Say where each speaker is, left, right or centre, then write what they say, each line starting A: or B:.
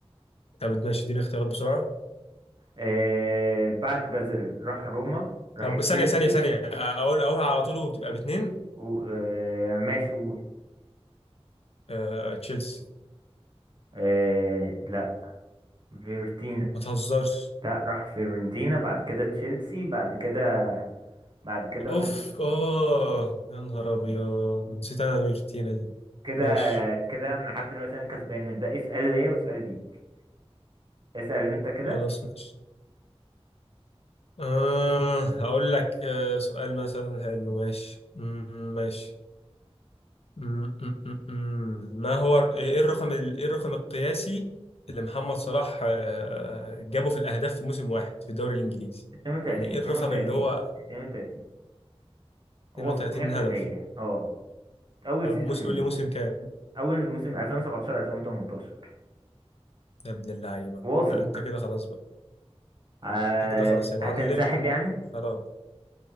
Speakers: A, on the left; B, on the right.
A: طب ماشي اديني اختيارات بسرعة
B: آه بعد بازل راح روما راح
A: طب
B: تشيلسي
A: ثانية ثانية ثانية اقول اقولها على طول وبتبقى باتنين
B: و... آه ماشي قول
A: آه، تشيلسي
B: آه لا فيورتينا
A: ما تهزرش
B: لا راح فيورنتينا بعد كده تشيلسي بعد كده بعد كده
A: اوف
B: روما
A: اه يا نهار ابيض نسيت انا الروتينه دي
B: كده
A: ماشي
B: كده انا لحد دلوقتي انا كسبان من ده اسأل ليا واسأل ليك اسأل انت كده
A: خلاص ماشي آه هقول لك آه سؤال مثلا حلو ماشي مم، ماشي مم، مم، مم، مم. ما هو ايه الرقم ال- ايه الرقم القياسي اللي محمد صلاح آه جابه في الاهداف في موسم واحد في الدوري الانجليزي
B: 32
A: يعني ايه
B: 32
A: الرقم اللي هو
B: 32
A: 32
B: واثق 100%
A: هدف
B: اه اول
A: طب
B: سيزون
A: موسم قول
B: ليه
A: لي موسم كام
B: اول موسم 2017 2018
A: يا ابن اللعيبه
B: واثق
A: لا انت كده خلاص بقى
B: آه
A: انت كده خلاص يا معلم
B: هتنسحب يعني
A: خلاص